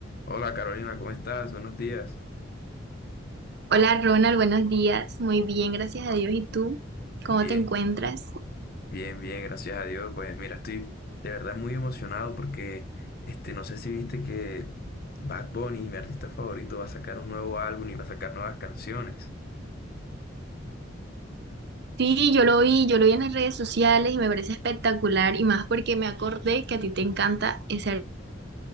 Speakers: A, on the left; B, on the right.
A: Hola Carolina, ¿cómo estás? Buenos días.
B: Hola Ronald, buenos días. Muy bien, gracias a Dios. ¿Y tú? ¿Cómo
A: Bien,
B: te encuentras?
A: bien, bien, gracias a Dios. Pues mira, estoy de verdad muy emocionado porque este, no sé si viste que Bad Bunny, mi artista favorito, va a sacar un nuevo álbum y va a sacar nuevas canciones.
B: Sí, yo lo vi, yo lo vi en las redes sociales y me parece espectacular y más porque me acordé que a ti te encanta ese...